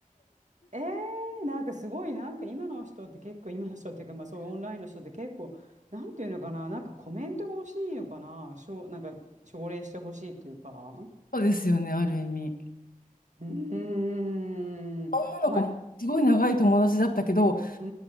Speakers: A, on the right; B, on the left.
A: えー、なんかすごい、なんか今の人って結構、今の人っていうか、まあそういうオンラインの人って結構、なんていうのかな、なんかコメントが欲しいのかな、しょう、なんか奨励してほしいっていうか。
B: うですよね、ある意味。
A: うーん。
B: 女の子もすごい長い友達だったけど、
A: まあ、うー